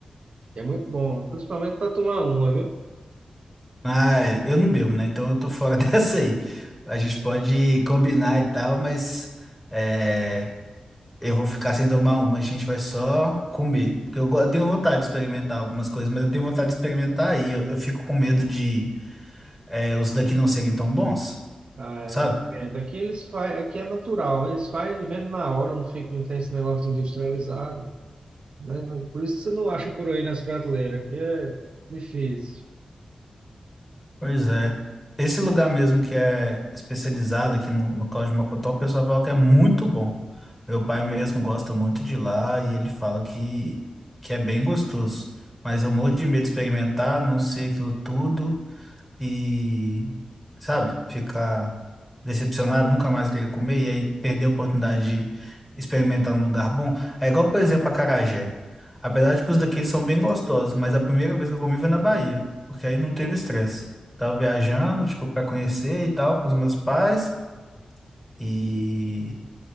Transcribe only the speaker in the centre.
Ah, é, eu não bebo, né? Então eu tô fora <laughs> dessa aí. A gente pode combinar e tal, mas. é, Eu vou ficar sem tomar uma, a gente vai só comer. Porque eu, go- eu tenho vontade de experimentar algumas coisas, mas eu tenho vontade de experimentar aí. Eu, eu fico com medo de é, os daqui não serem tão bons,
sabe?
Pois é. Esse lugar mesmo que é especializado aqui no, no caldo de Mocotó, o pessoal fala que é muito bom. Meu pai mesmo gosta muito de lá e ele fala que, que é bem gostoso. Mas eu morro de medo de experimentar, não sei aquilo tudo. e, sabe, ficar decepcionado, nunca mais querer comer, e aí perder a oportunidade de experimentar num lugar bom. É igual, por exemplo, acarajé. Apesar de que os daqueles são bem gostosos, mas a primeira vez que eu comi foi na Bahia, porque aí não teve estresse. Tava viajando, tipo, para conhecer e tal, com os meus pais, e